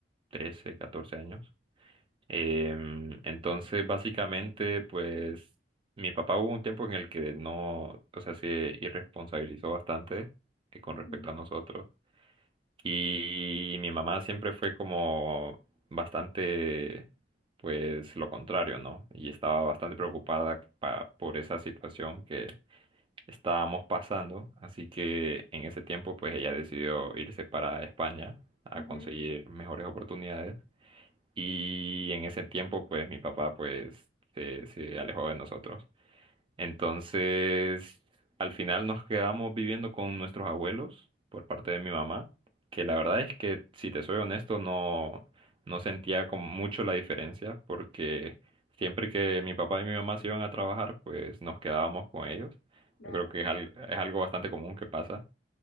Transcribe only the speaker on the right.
13, catorce años Em, entonces, básicamente, pues mi papá hubo un tiempo en el que no, o sea, se irresponsabilizó bastante eh, con
respecto a nosotros. Y mi mamá siempre fue como bastante, pues lo contrario, ¿no? Y estaba bastante preocupada pa- por esa situación que estábamos pasando. Así que en ese tiempo, pues ella decidió irse para España a
conseguir mejores oportunidades. Y en ese tiempo, pues mi papá pues se, se alejó de nosotros. Entonces, al final nos quedamos viviendo con nuestros abuelos por parte de mi mamá, que la verdad es que, si te soy honesto, no, no sentía como mucho la diferencia, porque siempre que mi papá y mi mamá se iban a trabajar, pues nos quedábamos con ellos.
Yo creo que es, al- es algo bastante común que pasa.